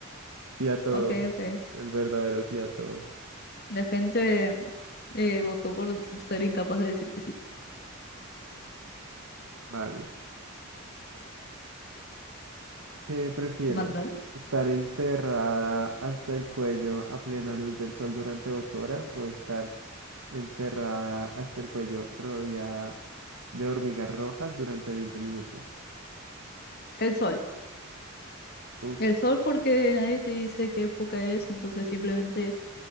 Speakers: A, on the right; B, on the left.
A: Sí a todo,
B: Ok, ok.
A: el verdadero sí a todo.
B: La gente eh, votó por ser incapaz de decir que sí.
A: Vale. ¿Qué prefieres?
B: Mandale.
A: ¿Estar enterrada hasta el cuello a plena luz del sol durante ocho horas o estar enterrada hasta el cuello rodeada de hormigas rojas durante 20 minutos?
B: El sol.
A: Uf,
B: El sol porque nadie te dice qué época es, entonces simplemente